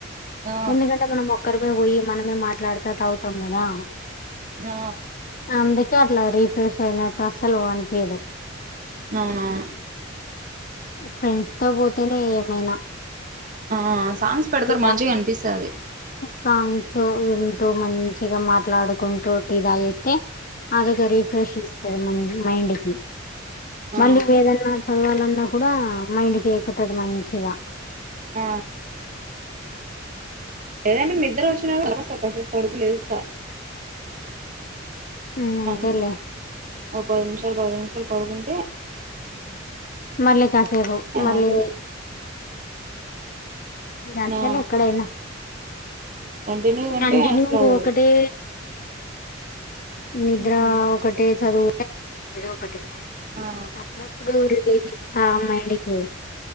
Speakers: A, on the right; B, on the left.
A: ఆ
B: ఎందుకంటే మనం ఒ ఒక్కరేమేపోయి మనమే మాట్లాడత తాగుతాం కదా
A: ఆ
B: అందుకే అట్లా రీఫ్రెష్ అయినట్టు అసలు కనిపీయదు
A: అవునవును
B: ఫ్రెండ్స్ తో పోతేనే ఏమైనా
A: ఆ సాంగ్స్ పెడతారు
B: ఇగ
A: మంచిగ అనిపిస్తాది
B: సాంగ్స్ వింటూ మంచిగా మాట్లాడుకుంటూ టీ తాగేస్తే అదొక రీఫ్రెష్ ఇస్తది మన మైండ్ కి
A: ఆ
B: మళ్ళీ ఏదన్నా చదవాలన్నా కూడా మైండ్కి ఎక్కుతుంది మంచిగా
A: ఆ లేదంటే నిద్ర వచ్చినపుడు కాసేపు పడుకుని లేస్తా
B: ఉమ్ అంతేలే
A: అవును ఓ పది నిమిషాలు పది నిమిషాలు పడుకుంటే
B: మళ్ళీ కాసేపు మళ్ళీ
A: ఆటోమేటిక్
B: <inaudible> ఇంక అంతేలే
A: ఆ
B: ఎక్కడైనా
A: కంటిన్యూగా ఉంటే
B: కంటిన్యూ
A: అసలు అవ్వదు
B: ఒకటే నిద్ర
A: ఉమ్
B: ఒకటే చదువు ఒకటి
A: ఆ
B: అప్పుడప్పుడు రిలీఫ్ ఇస్తా మైండ్ కి